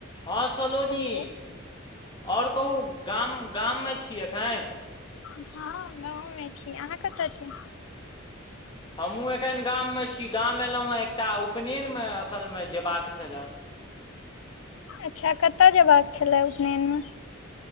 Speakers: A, on the left (about 20°); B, on the left (about 70°).
A: हँ सलोजी,
B: हेलो
A: और कहु गाम गाममे छी एखैन?
B: हँ गाँवमे छी, अहाँ कत छी?
A: हमहूँ एखन गाममे छी, गाम एयलहुँ हेँ एकटा उपनयनमे असलमे जयबाक छले।
B: अच्छा, कत जयबाक छले उपनयनमे?